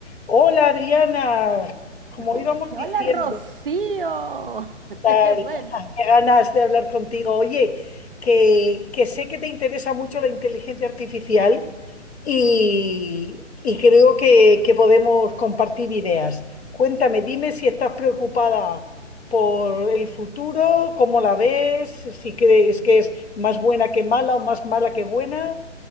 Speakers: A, on the left (about 55°); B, on the right (about 45°).
A: Hola Adriana, como
B: Uy,
A: íbamos diciendo,
B: hola Rocío,
A: tal,
B: <laughs> qué bueno.
A: ah, qué ganas de hablar contigo. Oye, que, que sé que te interesa mucho la inteligencia artificial y, y creo que, que podemos compartir ideas. Cuéntame, dime si estás preocupada por el futuro, cómo la ves, si crees que es más buena que mala o más mala que buena.